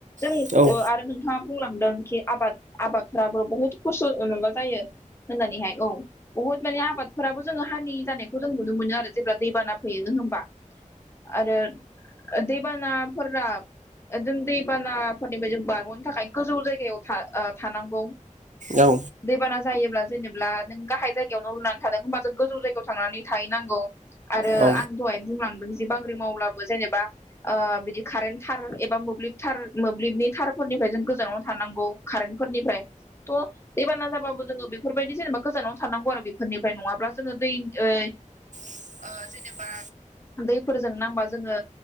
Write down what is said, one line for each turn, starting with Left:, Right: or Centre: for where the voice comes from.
Left: जों
Right: औ
Left: अ आरो नों थाङा बुंलांदों खि आबाद आबादफोराबो बहुद खस्थ' माबा जायो होननानैहाय औ बुहुद माने आबादफोराबो जोङो हानि जानायखौ नुनो आरो जेब्ला दैबाना फैयो होमबा आरो दैबानाफोरा जों दैबानाफोरनिफ्राय जों बारग'नो थाखाय गोजौ जायगायाव‌ था ओ थानांगौ।
Right: औ।
Left: दैबाना जायोब्ला जेनेब्ला नों गाहाय जायगायाव न' लुनानै थादों होमबा जों गोजौ जायगायाव थांनानै थाहैनांगौ। आरो
Right: औ
Left: आं दहाय बुंलांदों जे बांग्रिं मावब्लाबो जेनेबा ओ बिदि कारेन्ट थार एबा मोब्लिब थार मोब्लिबनि थारफोरनिफ्राय जों गोजानाव थानांगौ कारेन्टफोरनिफ्राय थ' दैबाना जाब्लाबो जोङो बेफोरबायदि जेनेबा गोजानाव थानांगौ आरो बेफोरनिफ्राय नङाब्ला जोङो दै ओ
Right: दै ओ जेनेबा
Left: दैफोरजों नांबा जोङो